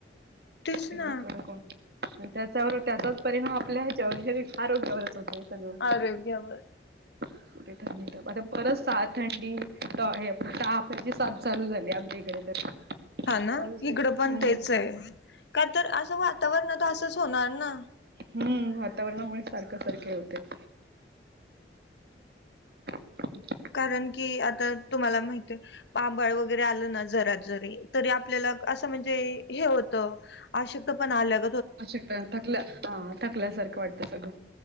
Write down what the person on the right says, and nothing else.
एवढं
कडक अन आणि त्याच्यावर त्याचाच परिणाम आपल्या ह्याच्यावर घरी आरोग्यावरच होतोय. सगळं
कुठे त्यांनी आता परत साथ थंडी, त हे ताप याची साथ चालू झाली आमच्या इकडं तर.
चालूच
आहे.
हम्म
हम्म वातावरणामुळे सारखं सारखं होतंय. <unintelligible>
अशक्त थकल्या हा थकल्यासारखं वाटतं सगळं.